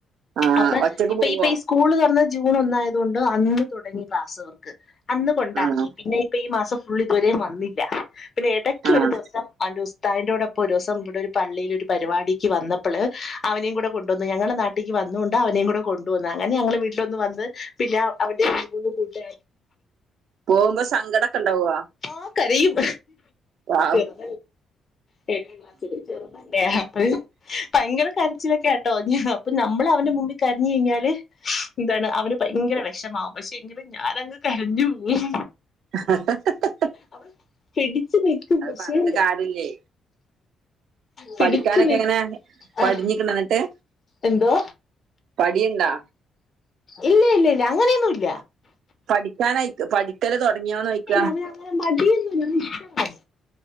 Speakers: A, on the right; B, on the left.
A: ആഹ്
B: അപ്പൊ
A: ഒറ്റക്ക്
B: ഇപ്പൊ
A: പോവോ
B: ഇപ്പൊ ഈ സ്കൂള് തുറ ജൂൺ ഒന്നായതുകൊണ്ട് അന്ന് തുടങ്ങി ക്ലാസവർക്ക് അന്ന് കൊണ്ടാക്കി
A: ആഹ്
B: പിന്നെ ഇപ്പൊ ഈ മാസം ഫുൾ ഇതുവരെയും വന്നില്ല പിന്നെ ഇടയ്ക്ക
A: ആഹ്
B: ഒരു ദിവസം അവൻറെ മത്താന്റെറോടൊപ്പൊ ഒരു ദിവസം ഇവിടെ ഒരു തായിൻ്റെ കൂടെ പ്പോ ഒരേസം ഇവിടൊരു പള്ളിയി ഒരു പരിപാടിക്ക് വന്നപ്പോള് അവനെയും കൂടെ കൊണ്ടുവന്നു ഞങ്ങളുടെ നാട്ടിക്ക് വന്ന വന്നൊണ്ട് അവനെയും കൂടെ കൊണ്ട് വന്ന് അങ്ങനെ ഞങ്ങളെ വീട്ടിലൊന്ന് വന്ന് പിന്നെ അവന്റെ ഈ മൂന്ന് കൂട്ട
A: പോകുമ്പോ സങ്കടമൊക്കെ ഉണ്ടാവോ
B: ആ കരയും
A: ആ
B: ചെറുതല്ലേ <unintelligible> ഭയങ്കര കരച്ചിലൊക്കേട്ടോ അപ്പൊ നമ്മൾ അവന്റെ മുമ്പിൽ കരഞ്ഞ് കഴിഞ്ഞാല് എന്താണ് അവന് ഭയങ്കര വിഷമാവും പക്ഷെ എങ്കിലും ഞാനങ്ങ് കരഞ്ഞു പോവും
A: ഹ ഹ് ഹ്
B: അവൻ പിടിച്ച് നിക്കും പക്ഷെ
A: പറഞ്ഞിട്ട് കാര്യല്ലേ
B: പിടിച്ച്
A: പഠിക്കാനൊക്കെ
B: നി
A: എങ്ങനെ പടിഞ്ഞിക്കണ
B: ആഹ
A: എന്നിട്ട്
B: എന്തോ
A: പടിയുണ്ടാ
B: ഇല്ല ഇല്ല ഇല്ല അങ്ങനെയൊന്നുല്ല
A: പഠിക്കാൻയിക്കും പഠിക്കല് തുടങ്ങിയോന്ന ചോയ്ക്കി
B: അവനങ്ങനെ മടിയോന്നൂല്ല അവനിഷ്ടമായി